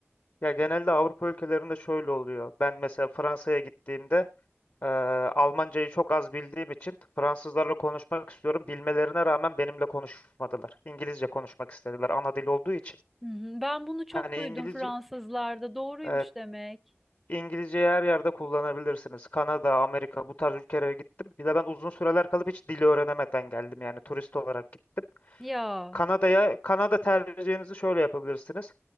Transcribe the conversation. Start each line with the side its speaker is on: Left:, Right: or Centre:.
Left: ya genelde Avrupa ülkelerinde şöyle oluyor. Ben mesela Fransa'ya gittiğimde eee, Almancayı çok az bildiğim için Fransızlarla konuşmak istiyorum. Bilmelerine rağmen benimle konuşmadılar. İngilizce konuşmak istediler ana dil olduğu için.
Centre: Hı hı. Ben bunu çok
Left: Hani
Centre: duydum
Left: İngilizce
Centre: Fransızlarda. Doğruymuş
Left: Evet,
Centre: demek.
Left: İngilizceyi her yerde kullanabilirsiniz. Kanada, Amerika bu tarz ülkelere gittim. Bir de ben uzun süreler kalıp hiç dili öğrenemeden geldim yani turist olarak gittim.
Centre: Ya.
Left: Kanada'ya, Kanada tercihinizi şöyle yapabilirsiniz.